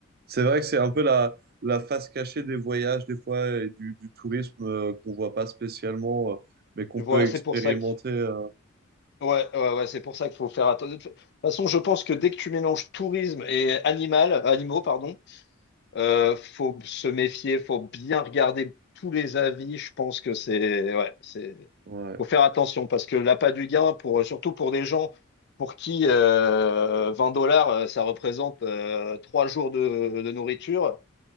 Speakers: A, on the right; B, on the left.
A: C'est vrai que c'est un peu la, la face cachée des voyages, des fois, et du, du tourisme euh, qu'on voit pas spécialement, euh, mais qu'on
B: ouais.
A: peut
B: Voilà, c'est
A: expérimenter.
B: pour ça que,
A: euh,
B: ouais, ouais, ouais, c'est pour ça qu'il faut faire attention. De toute façon, je pense que dès que tu mélanges tourisme et animal, animaux, pardon, Euh, faut se méfier, faut bien regarder tous les avis. Je pense que c'est, ouais, c'est,
A: ouais,
B: faut faire attention parce que l'appât du gain, pour, surtout pour des gens pour qui euh, 20 dollars, euh, ça représente euh, trois jours de, de nourriture,